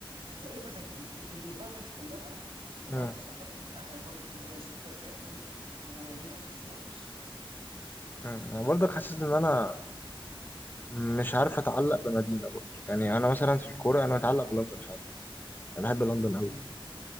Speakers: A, on the right (about 85°); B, on the left (about 20°).
A: كايفرثينج الانفايرمنت كلها في الهوكس
B: مم.
A: اعتقد من احلى الانفايرمنت اللي موجوده وسط الثلاث فرق دول ويليها السبيرز
B: مم. انا برضك حاسس ان انا مش عارف اتعلق بمدينه برضو يعني انا مثلا في الكوره انا متعلق بلندن فعلا انا بحب لندن قوي
A: امم